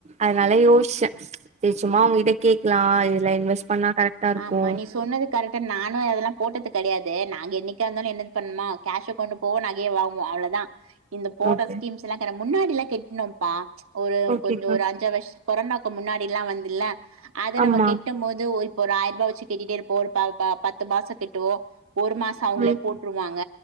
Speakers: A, on the right; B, on the right.
A: அதனால யோசிச்ச செரி சும்மா உங்கிட்ட கேட்கலா இதெல்லா இன்வெஸ்ட் பண்ணா கரெக்டா இருக்கு
B: ஆமா நீ சொன்னது கரெக்டு நானே அதெல்லா போட்டது கெடையாது நாங்க என்னைக்காருந்தாலு என்னது பண்ணுமா கேஷ கொண்டு போவோ நாகேய வாங்குவோ அவ்ளதா இந்த போட
A: ஓகே
B: ஸ்கீம்ஸ்லா கெட முன்னாடிலா கெட்னோம்பா ஒரு
A: ஓகேக்கா
B: கொஞ்சோ ஒரு அஞ்சாறு வர்ஷ் கொரோனாக்கு முன்னாடிலா வந்துல அத
A: ஆமா
B: நம்ம கெட்டும் போது ஒரு ஒரு ஆயிர்ருபா வெச்சி கெட்டிட்டேருப்போ ஒரு ப ப பத்து மாசோ‌ கெட்டுவோ ஒரு மாசம் அவங்களே
A: ம்
B: போட்ருவாங்க